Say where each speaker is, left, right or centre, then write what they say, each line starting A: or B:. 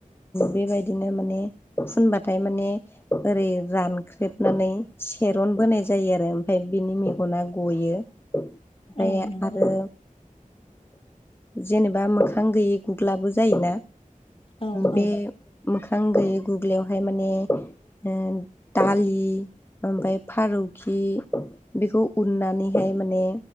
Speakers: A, on the left; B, on the left.
A: बेबायदिनो माने फुनबाथाय माने ओरै रानख्रेबनानै सेरन बोनाय जायो आरो ओमफ्राय बिनि मेगना गयो। ओमफ्राय
B: औ नंगौ
A: आरो जेनेबा मोखां गैयि गुग्लाबो जायोना
B: औ
A: बे
B: औ
A: मोखां गैयै गुग्लयावहाय माने ओ दालि ओमफ्राय फारौखि बेखौ उननानैहाय माने